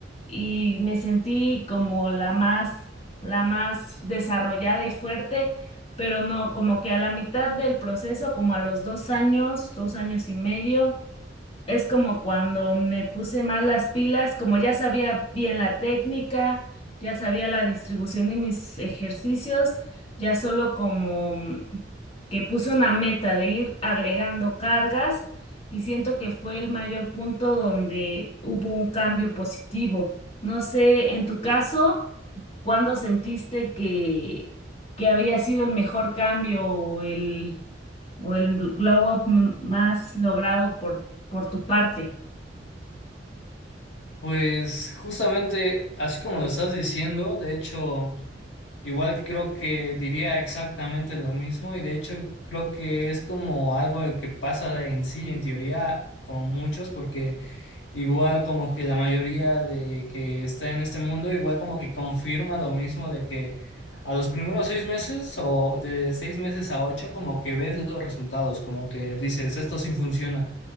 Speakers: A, on the left; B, on the left.
A: y me sentí como la más, la más desarrollada y fuerte, pero no, como que a la mitad del proceso, como a los dos años, dos años y medio. Es como cuando me puse mal las pilas, como ya sabía bien la técnica, ya sabía la distribución de mis ejercicios, ya solo como mm, que puse una meta de ir agregando cargas y siento que fue el mayor punto donde hubo un cambio positivo. No sé, en tu caso, ¿cuándo sentiste que, que había sido el mejor cambio o el, o el glow up m- más logrado por ti? por tu parte?
B: Pues justamente así como lo estás diciendo, de hecho, igual creo que diría exactamente lo mismo y de hecho creo que es como algo que pasa en sí, en teoría, con muchos, porque... igual como que la mayoría de que está en este mundo, igual como que confirma lo mismo de que a los primeros seis meses o de seis meses a ocho, como que ves los resultados, como que dices, esto sí funciona.